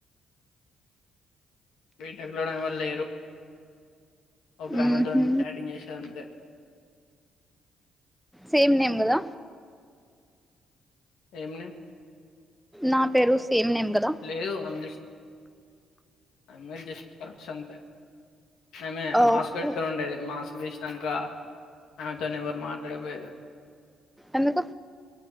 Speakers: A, on the left (about 85°); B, in the centre.
A: బీటెక్లోని ఎవరు లేరు ఒక
B: ఊహు
A: అమెతోన్ చాటింగ్ చేసేదింతే
B: సేమ్ నేమ్ కదా
A: ఏం నేమ్
B: నా పేరు సేమ్ నేమ్ కదా
A: లేదు అండి ఆమె జస్ట్ పరిచయ్ అంతే ఆమె
B: ఓహో
A: మాస్క్ పెట్టుకొని ఉండేది మాస్క్ తీసినంక ఆమెతోని ఎవరు మాట్లాడకపోయరు
B: ఎందుకు